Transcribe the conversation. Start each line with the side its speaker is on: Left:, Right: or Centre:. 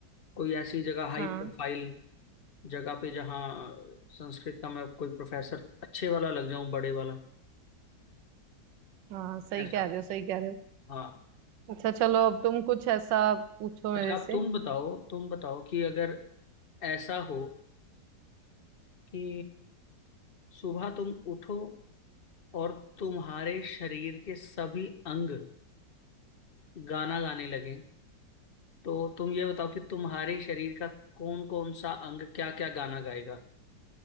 Left: कोई ऐसी जगह हाई
Right: हाँ
Left: प्रोफाइल जगह पे जहाँ संस्कृत का मैं कोई प्रोफेसर अच्छे वाला लग जाऊं बड़े वाला
Right: हाँ सही
Left: ऐसा
Right: कह रहे हो सही कह रहे हो
Left: हाँ
Right: अच्छा चलो अब तुम कुछ ऐसा पूछो मेरे
Left: अच्छा आप
Right: से
Left: तुम बताओ तुम बताओ कि अगर ऐसा हो कि सुबह तुम उठो और तुम्हारे शरीर के सभी अंग गाना गाने लगें तो तुम ये बताओ कि तुम्हारे शरीर का कौन कौन सा अंग क्या क्या गाना गाएगा